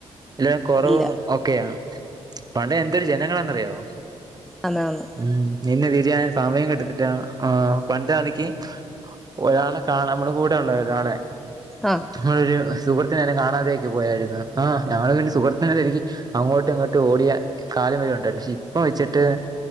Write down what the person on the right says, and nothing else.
എല്ലാം കൊറവും
ഒക്കെയാണ് പണ്ട് എന്തൊരു ജനങ്ങളാന്നറിയാവോ
ഉം നിന്ന് തിരിയാൻ സമയം കിട്ടത്തില്ലാ ആഹ് പണ്ടാന്നെക്കീ ഒരാളെ കാണാമ്മളെ കൂടെ ഒള്ള ഒരാളെ
മ്മൾരു സുഹൃത്തിനയാണെ കാണാതെക്കെ പോയാരുന്നു ആഹ് ഞങ്ങളത്കഴ്ഞ്ഞ് സുഹൃത്തിനെ തിരക്കി അങ്ങോട്ടും ഇങ്ങോട്ടു ഓടിയ കാലം വരെ ഒണ്ടാരുന്നു ഷേ പ്പൊ പ്പൊവെച്ചിട്ട്